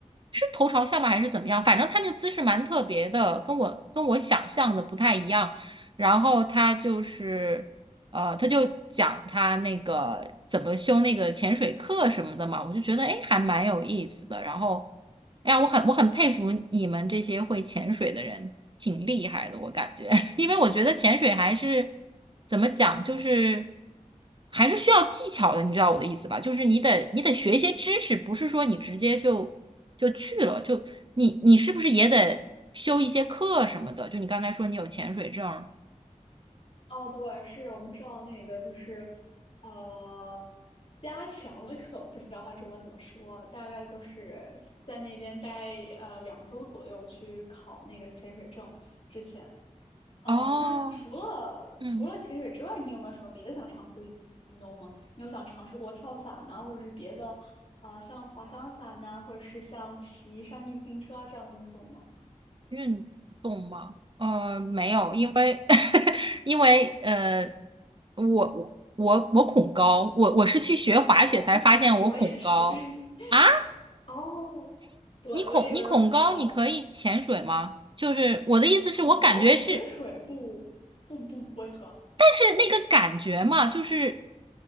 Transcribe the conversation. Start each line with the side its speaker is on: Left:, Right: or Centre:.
Right: 是头朝下吗还是怎么样？反正它那个姿势蛮特别的，跟我跟我想象的不太一样。然后它就是。呃，他就讲他那个怎么修那个潜水课什么的嘛，我就觉得哎，诶还蛮有意思的。然后，哎呀，我很我很佩服你们这些会潜水的人，挺厉害的，我感觉，<laughs> 因为我觉得潜水还是怎么讲，就是还是需要技巧的，你知道我的意思吧？就是你得你得学一些知识，不是说你直接就就去了，就你你是不是也得修一些课什么的？就你刚才说你有潜水证儿
Left: 哦，对，是我们上那个就是呃加强的课，不知道它中文怎么说，大概就是在那边待呃两周左右去考那个潜水证之前。呃，
Right: 哦，
Left: 那除了除了潜水之外，
Right: 嗯。
Left: 你有没有什么别的想尝试？你有想尝试过跳伞呐、或者是别的，呃，像滑翔伞呐、或者是像骑山地自行车啊这样的运动吗？
Right: 运动吗？呃，没有，
Left: 嗯，
Right: 因为 <laughs> 因为呃，我我我我恐高，我我是去学滑雪才发现我恐高啊！
Left: 哦，<laughs> 我也是。<laughs> 哦，对，
Right: 你恐你恐高，
Left: 我也有点儿恐高，
Right: 你可以潜水吗？就是我的意思是我感觉是，
Left: 恐高跟潜水不不不不会合
Right: 但是那个感觉嘛，就是